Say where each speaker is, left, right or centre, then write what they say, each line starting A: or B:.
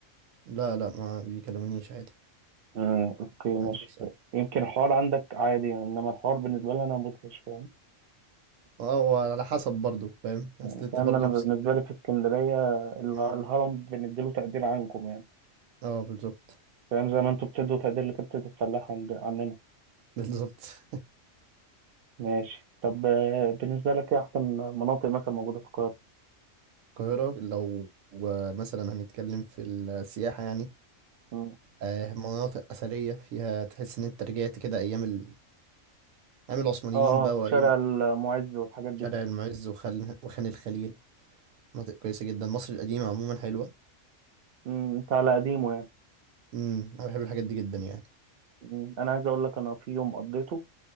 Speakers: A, on the right; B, on the right.
A: لا لا ما بيكلمونيش عادي
B: امم اوكي ماشي
A: محدش بيسأل
B: يمكن الحوار عندك عادي يعني انما الحوار بالنسبه لي انا مدهش فاهم
A: اه وعلى حسب برضو فاهم اصل
B: يعني
A: انت
B: فاهم
A: برضو
B: انا بالنسبه
A: في اسكندريه
B: لي في اسكندريه اله-
A: مم.
B: الهرم بنديله تقدير عنكم يعني
A: اه بالظبط
B: فاهم زي ما انتوا بتدوا تقدير لكبتة الفلاح عند عننا
A: <laughs> بالظبط
B: ماشي طب آه، بالنسبه لك ايه احسن مناطق مثلا موجوده في القاهره
A: القاهرة لو مثلا هنتكلم في السياحة يعني
B: مم.
A: آه، مناطق أثرية فيها تحس إن أنت رجعت كده أيام ال... أيام العثمانيين
B: اه
A: بقى
B: اه
A: وأيام
B: شارع المعز والحاجات دي
A: شارع المعز وخان وخان الخليل مناطق كويسة جدا مصر القديمة عموما حلوة
B: مم، انت على قديمه يعني
A: امم أنا بحب الحاجات دي جدا يعني
B: مم. انا عايز اقول لك انا في يوم قضيته